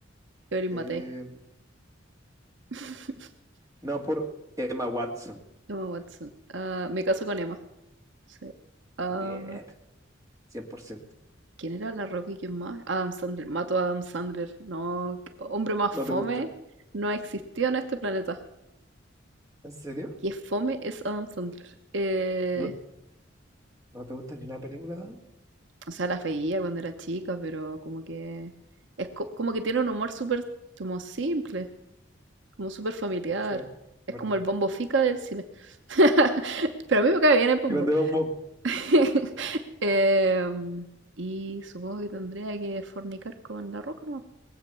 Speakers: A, on the right; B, on the right.
A: Evelyn
B: eh,
A: Matei. <laughs>
B: No, por Emma Watson.
A: Emma Watson. Ah, me caso con Emma. Sí. Ah,
B: Bien, cien por ciento
A: ¿quién era la Rocky? ¿Quién más? Adam Sandler. Mato a Adam Sandler. No, hombre más
B: ¿No
A: fome
B: te gusta?
A: no ha existido en este planeta.
B: ¿En serio?
A: Y es fome es Adam Sandler. Eh,
B: No, ¿no te gusta ni una película, Dan?
A: O sea, las veía cuando era chica, pero como que es co- como que tiene un humor súper como simple, como súper familiar.
B: No sé, es
A: Es
B: verdad.
A: como el bombo fica del cine. <laughs> Pero a mí me cae bien el bombo.
B: Grande Bombo.
A: <laughs> Em, y supongo que tendría que fornicar con la roca, no,